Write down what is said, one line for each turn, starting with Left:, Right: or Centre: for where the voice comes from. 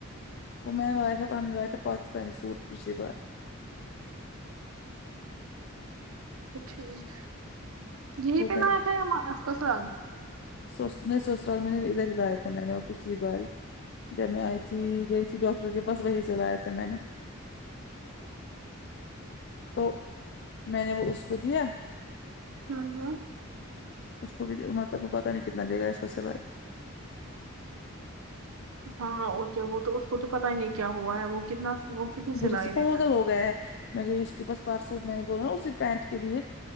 Left: وہ میں نے لایا تھا ہم نے لایا تھا پاکستانی سوٹ پچھلی بار
Right: <unintelligible> یہی
Left: وہ
Right: پہ لایا تھا کسرال
Left: سس میں سسرال میں نے ادھر لایا تھا میں نے وہ پچھلی بار ہی جب میں آئی تھی گئی تھی ڈاکٹر کے پاس وہی سے لایا تھا میں نے تو میں نے وہ اس کو دیا
Right: ہاں ہاں
Left: اس کو بھی دب پتا نہیں کتنا لے گا اس کا سلائی
Right: ہاں وہ تو اس کو تو پتا ہی نہیں کیا ہوا ہے وہ کتنا وہ کتنی سلائی
Left: برے سے پاگل
Right: لیتا
Left: ہو گیا ہے میں گئی اس کے بس بار سوٹ میں نے بولا نا اسی پینٹ کے لیے